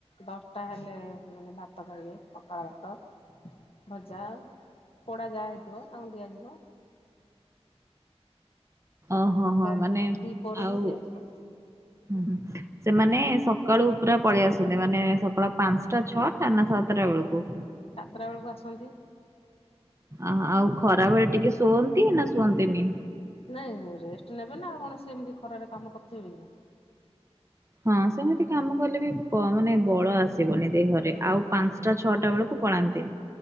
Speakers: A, on the left; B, on the right.
A: ଦଶଟା ହେଲେ ଭାତ ଖାଇବେ ପଖାଳ ଭାତ। ଭଜା ପୋଡ଼ା ଯାହା ହେଇଥିବ ତାଙ୍କୁ ଦିଆଯିବ।
B: ଓହୋ ହୋ
A: ତାରେ
B: ମାନେ
A: ଦ୍ୱିପହରକୁ
B: ଆଉ
A: ଦିଆଯିବ।
B: ହୁଁ ହୁଁ। ସେମାନେ ସକାଳୁ ପୁରା ପଳେଇ ଆସନ୍ତି ମାନେ ସକାଳ ପାଞ୍ଚଟା ଛଅଟା ନା ସାତଟା ବେଳକୁ?
A: ସାତଟା ବେଳକୁ ଆସନ୍ତି।
B: ଆଁହଁ ଆଉ ଖରା ବେଳେ ଟିକେ ଶୁଅନ୍ତି ନା ଶୁଅନ୍ତିନି?
A: ନାଇଁ ରେଷ୍ଟ ନେବେ ନା ଆଉ କଣ ସେ ଏମିତି ଖରାରେ କାମ କରିଥିବେ କି।
B: ହଁ ସେମିତି କାମ କଲେ ବି ବ ମାନେ ବଳ ଆସ ସିବନି ଦେହରେ
A: କି
B: ଆଉ
A: ନାଇଁ।
B: ପାଞ୍ଚଟା ଛଅଟା ବେଳକୁ ପଳାନ୍ତି।